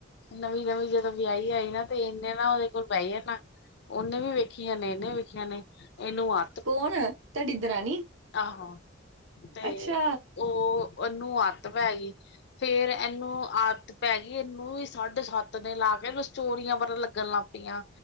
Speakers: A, on the left; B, on the right.
A: ਨਵੀਂ-ਨਵੀਂ ਜਦੋਂ ਵਿਆਹੀ ਆਈ ਨਾ 'ਤੇ ਏਨੇ ਨਾ ਓਦੇ ਕੋਲ ਬਹਿ ਜਾਣਾ, ਓਨੇ ਵੀ ਵੇਖੀ ਜਾਣੇ ਨੇ, ਵੇਖੀ ਜਾਣੇ ਇਹਨੂੰ ਆ
B: ਕੌਣ, ਤਾਡੀ ਦਰਾਣੀ?
A: ਆਹੋ 'ਤੇ
B: ਅੱਛਾ
A: ਉਹ ਉਹਨੂੰ ਆਦਤ ਪੈ ਗੀ। ਫੇਰ ਏਨੂੰ ਆ ਤ ਪੈ ਗੀ ਇਹਨੂੰ ਵੀ ਸਾਢੇ ਸੱਤ ਦਿਨ ਲਾ ਕੇ ਇਹਨੂੰ ਸਟੋਰੀਆਂ ਪਤਾ ਲੱਗਣ ਲੱਗ ਪੀ ਆ।